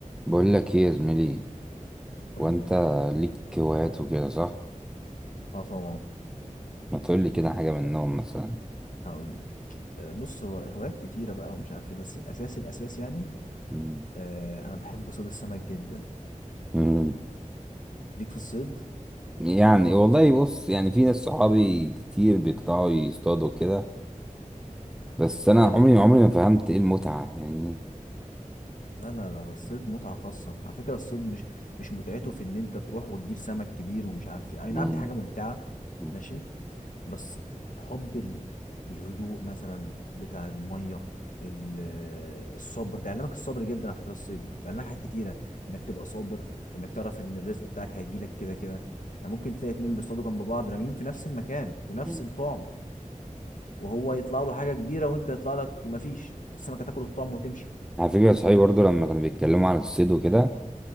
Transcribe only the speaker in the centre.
بقول لك ايه يا زميلي
وانت
ليك هوايات وكده صح
ما تقول لي كده حاجه منهم مثلا
مم.
مم.
يعني والله بص يعني في ناس صحابي كتير بيطلعوا يصطادوا كده بس انا
عمري
عمري ما فهمت ايه المتعه فاهمني
مم.
مم.
مم.
على فكره صحابي برضو لما كانوا بيتكلموا عن الصيد وكده